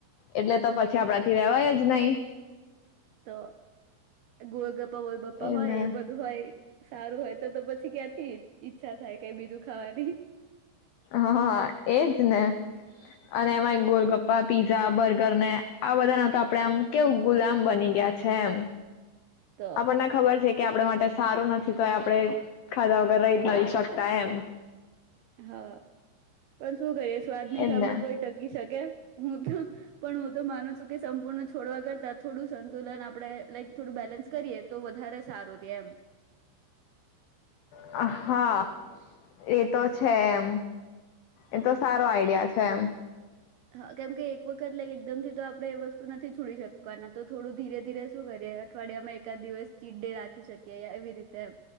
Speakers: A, on the left; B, on the right.
A: એટલે તો પછી આપડાથી રેવાય જ નય
B: તો ગોલગપ્પા વોલગપ્પા
A: એને
B: હોય, એ બધું હોય સારું હોય તો તો પછી ક્યાંથી ઈચ્છા થાય કઈ બીજું ખાવાની.
A: હા, હા, એજને અને એમાં એ ગોલગપ્પા પીઝા, બર્ગર ને આ બધા ના તો આપડે આમ કેવું, ગુલામ બની ગયા છે, એમ.
B: તો
A: આપણને ખબર છે. કે આપડા માટે સારું નથી, તો એ આપડે ખાધા વગર રહીજ નથી શકતા, એમ.
B: હા, પણ શું કરીએ સ્વાદ ની
A: એજ
B: સામે
A: ને
B: કોઈ ટકી શકે? હું તો પણ હું તો માનું છું કે સંપૂર્ણ છોડવા કરતા, થોડું સંતુલન આપડે લાઈક થોડું બેલેન્સ કરીએ, તો વધારે સારું રે એમ
A: હા, એતો છે, એમ. એતો સારો આઈડિયા છે, એમ.
B: હા, કેમકે એક વખત લક એકદમ થી તો આપડે એ વસ્તુ નથી છોડી શકવાના, તો થોડું ધીરે ધીરે શું કરીએ, અઠવાડિયા માં એકાદ દિવસ ચીટ ડે રાખી શકીએ, એવી રીતે એમ.